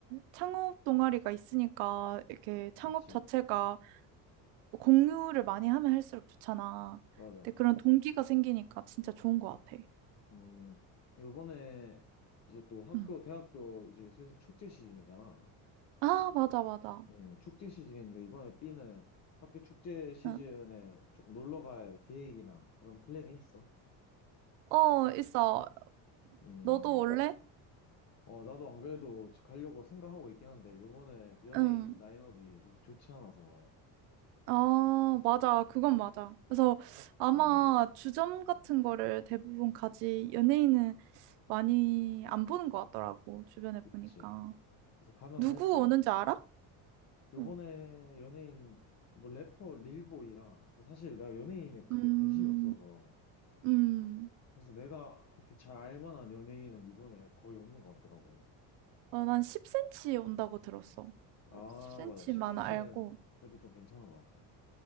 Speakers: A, on the right; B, on the left.
A: 창업 동아리가 있으니까 이렇게 창업
B: 그치.
A: 자체가 공유를 많이 하면 할수록 좋잖아.
B: 맞아.
A: 근데 그런 동기가 생기니까 진짜 좋은 것 같아.
B: 음, 요번에 이제 또 학교,
A: 응.
B: 대학교 이제 슬슬 축제 시즌이잖아.
A: 아, 맞아, 맞아.
B: 음, 축제 시즌인데 이번에 B는 학교 축제 시즌에
A: 응.
B: 조금 놀러 갈 계획이나 그런 플랜이 있어?
A: 어, 있어.
B: 음,
A: 너도 올래?
B: 어, 나도 안 그래도 가려고 생각하고 있긴 한데 요번에 연예인
A: 응.
B: 라인업이 그렇게 좋지 않아서.
A: 아, 맞아. 그건 맞아. 그래서 아마
B: 음,
A: 주점 같은 거를 대부분 가지 연예인은 많이 안 보는 것 같더라고. 주변에
B: 그치.
A: 보니까.
B: 그래서 가면
A: 누구
B: 갈수록
A: 오는지 알아?
B: 요번에
A: 응.
B: 연예인, 뭐 래퍼 릴보이랑, 그 사실 내가 연예인에 크게
A: 음,
B: 관심이 없어서,
A: 음.
B: 그래서 내가 그렇게 잘 알만한 연예인은 이번에 거의 없는 것 같더라고.
A: 어, 난 10cm 온다고 들었어.
B: 아,
A: 10cm만
B: 맞아. 10cm는
A: 알고.
B: 그래도 좀 괜찮은 것 같아.